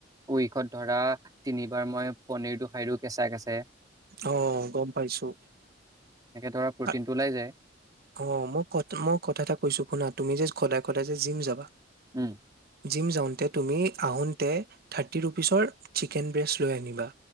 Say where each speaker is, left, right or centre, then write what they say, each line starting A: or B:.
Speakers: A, on the right (about 20°); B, on the right (about 55°).
A: উইকত ধৰা তিনিবাৰ মই পনীৰটো খাই দিও‌ কেঁচা কেঁচা।
B: আহ গম পাইছোঁ।
A: এনেকে ধৰা প্ৰটিনটো
B: আ
A: ওলাই যায়।
B: অ মই ক মই কথা এটা কৈছোঁ শুনা তুমি যে সদায় সদায় যে জিম যাবা।
A: উম।
B: জিম যাওঁতে তুমি আহোঁতে। থাৰ্টি ৰুপিচৰ। চিকেন ব্ৰেষ্ট লৈ আহ নিবা।